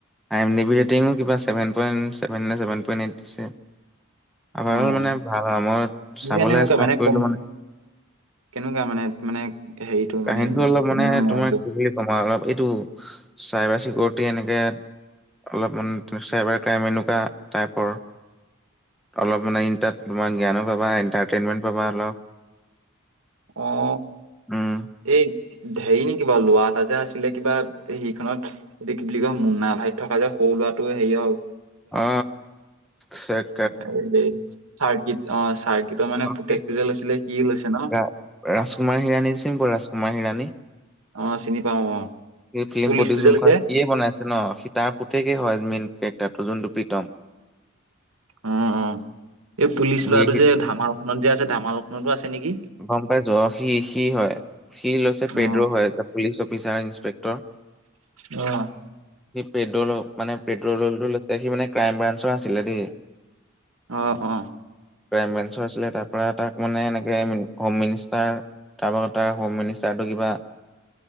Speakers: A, in the centre; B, on the right.
A: আম এম এভিৰিঠিং কিবা seven point seven point eight দিছে। আভাৰোল
B: অ',
A: মানে ভাল আও মই
B: কিহে
A: চাবলে
B: এনেকুৱা
A: ষ্টাৰ্ট কৰিলো
B: কম
A: মানে
B: কেনেকুৱা মানে মানে হেৰিটো
A: কাহিনীটো
B: মানে মানে
A: অলপ
B: মইদোখ
A: কি বুলি তোমাৰ অলপ এইটো চাইবাৰ চিকিউৰিটি এনেকে অলপ মানে চাইবাৰ ক্ৰাইম এনেকুৱা টাইপৰ। অলপ মানে ইনটাত জ্ঞানো পাবা এণ্টাৰটেইনমেণ্ট পাবা অলপ।
B: অ',
A: ওম।
B: এই হেৰি নেকি বাৰু লোৱা এটা যে আছিলে কিবা সেইখনত দেশ কি বুলি কয় মুনা ভাইত থকা যে, সৰু লোৱাটো সেই আও।
A: অ। চেক
B: অ সেই চাৰ্কিট অ চাৰ্কিটৰ মানে
A: অ',
B: পুতেকটো
A: সেইটো
B: যে লৈছিলে সি লৈছে ন।
A: ৰা ৰাজকুমাৰ হিৰাণী চিম্পো ৰাজকুমাৰ হিৰাণী।
B: অ চিনি পাও অ
A: এই ফিল্ম
B: পুলিচটো
A: প্ৰডিচন
B: যে লৈছে
A: খয় সি এ বনাই ন, সীতা পুতেকে হয় মেইন কেৰেক্টাৰটো যোনটো প্ৰীতম।
B: উম উম, এই পুলিচ
A: ভিৰ
B: লৰাটো যে ধামালখনত যে আছে ধামালখনতো আছে নেকি।
A: গম পাইছোঁ সি সি হয়। সি লৈছে পেড্ৰো
B: অ
A: হয় পুলিচ অফিচাৰ ইন্সপেক্টৰ।
B: অঁ।
A: সি পেড্ৰল মানে পেড্ৰল ল সি মানে ক্ৰাইম ব্ৰাঞ্চৰ আছিলে দেই।
B: অ অ।
A: ক্ৰাইম ব্ৰেঞ্চৰ আছিলে তাৰ পৰা তাক মানে এনেকে মিন- হোম মিনিষ্টাৰ তাৰপৰত তাৰ হোম মিনিষ্টাৰটো কিবা।